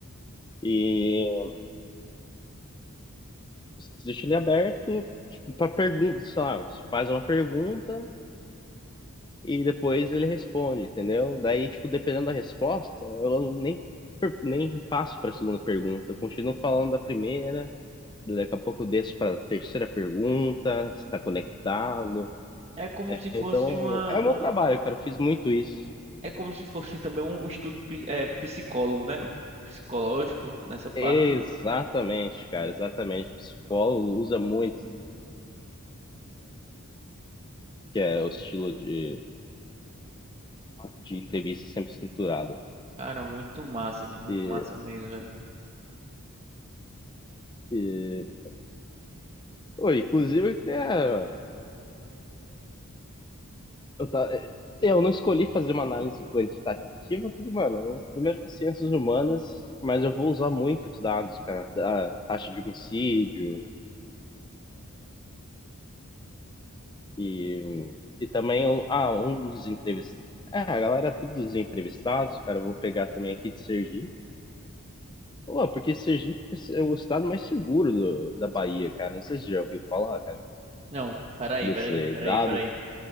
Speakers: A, on the left; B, on the right.
A: e você deixa ele aberto tipo, para pergunta, sei lá, você faz uma pergunta e depois ele responde, entendeu? Daí, tipo, dependendo da resposta, eu nem, per- nem passo para a segunda pergunta, eu continuo falando da primeira, daqui a pouco eu desço para a terceira pergunta, se está conectado.
B: É como
A: É,
B: se fosse
A: então,
B: uma...
A: é
B: um-
A: o meu trabalho, cara, eu fiz muito isso.
B: É como se fosse <laughs> também um um estudo pi- é, psicólogo, né? Psicológico nessa parte.
A: Exatamente, cara, exatamente. Psicólogo usa muito, que é o estilo de, de entrevista sempre estruturada.
B: Cara, muito massa, velho. Muito
A: E,
B: massa mesmo, velho.
A: e... Pô, inclusive, eu queria- eu, ta- eu não escolhi fazer uma análise quantitativa, porque, mano, primeiro que é ciências humanas, mas eu vou usar muitos dados, cara, da taxa de homicídio e, e também, um- ah, um dos entrevistados. É, a galera, todos os entrevistados, cara, eu vou pegar também aqui de Sergipe. Pô, porque Sergipe é o estado mais seguro do- da Bahia, cara. Não sei se você já ouviu falar, cara,
B: Não, peraí,
A: desse
B: peraí, peraí,
A: dado.
B: peraí.